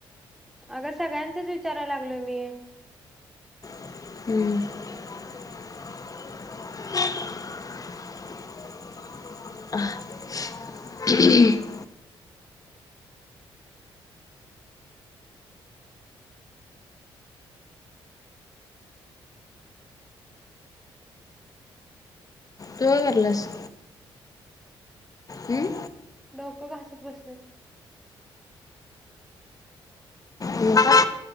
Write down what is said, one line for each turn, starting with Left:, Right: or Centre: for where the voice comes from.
Centre: अग सगळ्यांचच विचाराय लागलोय मी
Left: हूं... हां.. च <unintelligible> तू काय कराल्यास? हं...
Centre: डोकं घासत बसलोय.
Left: डोकं